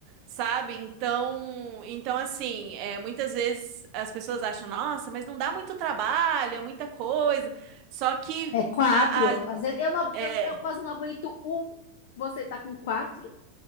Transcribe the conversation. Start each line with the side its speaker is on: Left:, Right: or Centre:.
Right: Sabe? Então, então assim, é, muitas vezes as pessoas acham, nossa, mas não dá muito trabalho, é muita coisa. Só que
Left: É quatro.
Right: a, a-
Left: Às vezes eu, não,
Right: é,
Left: eu, eu quase não aguento um. Você tá com quatro.